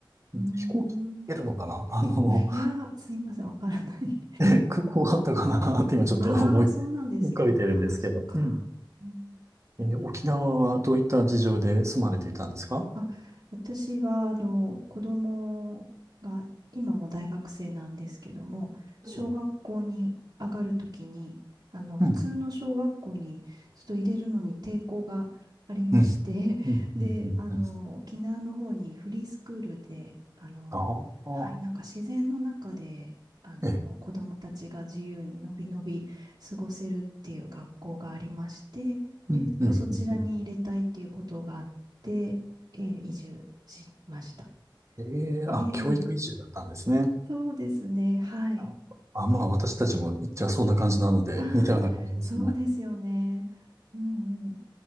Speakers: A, on the right; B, on the right.
A: うーん。
B: 飛行機行けるのかな <laughs> あの、
A: いやー、すいません、わからない。
B: <laughs> ええ、空港あったかなって今ちょっと思い
A: <laughs> ああ、そうなんですね。
B: 浮かべてるんですけど。
A: ああ、そっか。
B: うん。
A: うん
B: ええ沖縄はどういった事情で住まれていたんですか
A: あ、私は、あの、子供が、今も大学生なんですけども、小学校に上がるときに、
B: うん。
A: あの、普通の小学校にちょっと入れるのに抵抗がありまして、
B: うん。うん。うん。
A: <laughs> で、
B: うん。
A: あの、
B: うん
A: 沖縄の方にフリースクールで、あの、
B: ああ。
A: はい、なんか自然の中で、あの、
B: ええ
A: 子供たちが自由にのびのび過ごせるっていう学校がありまして、で、
B: うん、
A: えっとそちらに入れたいっていうことがあって、
B: うん、うんうん
A: えー移住しました。
B: ええあ、
A: えー
B: 教育移住だったんですね。
A: そうですね。はい。
B: なるほどあ、まあ、私たちも、じゃあそんな感じなので、
A: ああ、
B: 似たような感じですね。
A: そうですよね。うんうん。